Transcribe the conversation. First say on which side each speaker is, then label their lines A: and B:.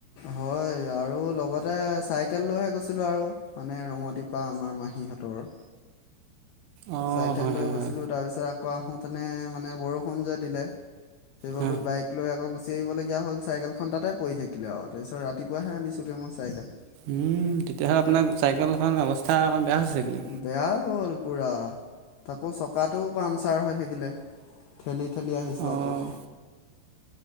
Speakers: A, on the left; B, on the right.
A: হয় আৰু আৰু লগতে চাইকেল লৈহে গৈছিলোঁ আৰু মানে ৰঙতিীপা আমাৰ মাহীহঁতৰ
B: অঁ
A: চাইকেল
B: হয়
A: লৈ
B: হয়
A: গৈছিলোঁ
B: হয়
A: তাৰপিছত আকৌ আহোঁতেনে মানে বৰষুণ যে দিলে সেইবাবে
B: হা,
A: বাইক লৈ একক গুচি আহিবলগীয়া হ'ল চাইকেলখন তাতে পৰি থাকিলে আৰু তাৰপিছত ৰাতিপুৱাহে আনিছিলোঁগৈ মই চাইকেল
B: উম তেতিয়াহ'লে আপোনাৰ চাইকেল এ অৱস্থা অকণ বেয়া হৈছে চাগিলে।
A: বেয়া হ'ল পুৰা আাকৌ চকাটোও পামচাৰ হৈ থাকিলে ঠেলি ঠেলি আহিছোঁ
B: অ',
A: আকৌ